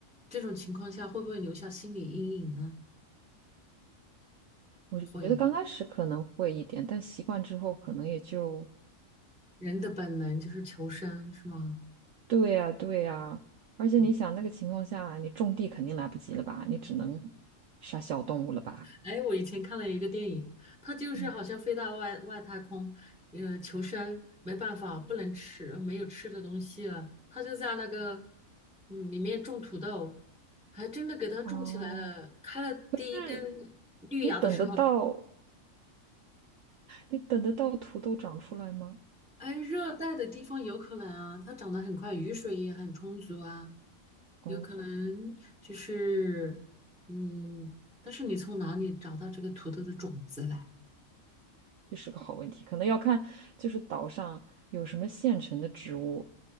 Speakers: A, in the centre; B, on the right.
A: 这种情况下会不会留下心理阴影呢？
B: 我觉得刚开始可能会一点，
A: 会啊，
B: 但习惯之后可能也就，
A: 人的本能就是求生，是吗？
B: 对呀，对呀。而且你想那个情况下，
A: 对。
B: 你种地肯定来不及了吧？你只能杀小动物了吧？
A: 哎，我以前看了一个电影，它就是好像飞到外外太空，
B: 嗯，
A: 呃，求生，没办法，不能吃，没有吃的东西了，他就在那个嗯里面种土豆，还真的给它种起来了，
B: 哦，
A: 开了第一根绿芽的时候，
B: 是你等得到，你等得到土豆长出来吗？
A: 哎，热带的地方有可能啊，它长得很快，雨水也很充足啊。
B: 哦，
A: 有可能就是，嗯，但是你从哪里找到这个土豆的种子来？
B: 这是个好问题，可能要看就是岛上有什么现成的植物，